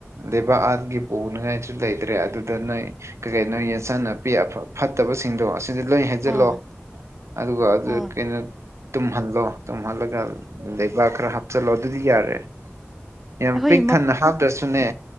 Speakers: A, on the right (about 75°); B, in the centre.
A: ꯂꯩꯕꯥꯛ ꯑꯥꯗꯒꯤ ꯄꯨꯅꯤꯡꯉꯥꯏꯁꯨ ꯂꯩꯇ꯭ꯔꯦ ꯑꯗꯨꯗ ꯅꯣꯏ ꯀꯔꯤ ꯅꯣꯏ ꯌꯦꯟꯁꯥꯡ ꯅꯥꯄꯤ ꯑꯐ ꯐꯠꯇꯕꯁꯤꯡꯗꯣ ꯑꯁꯤꯗ ꯂꯣꯏ ꯍꯦꯟ ꯖꯜꯂꯣ
B: ꯍꯣꯏ
A: ꯑꯗꯨꯒ ꯑꯗꯨ
B: ꯍꯣꯏ
A: ꯀꯩꯅꯣ ꯇꯨꯝꯍꯜꯂꯣ ꯇꯨꯝꯍꯜꯂꯒ ꯂꯩꯕꯥꯛ ꯈꯔ ꯍꯥꯞꯆꯜꯂꯣ ꯑꯗꯨꯗꯤ ꯌꯥꯔꯦ ꯌꯥꯝ
B: ꯑꯩꯈꯣꯏ
A: ꯄꯤꯛ ꯊꯟꯅ ꯍꯥꯞꯇ꯭ꯔꯁꯨꯅꯦ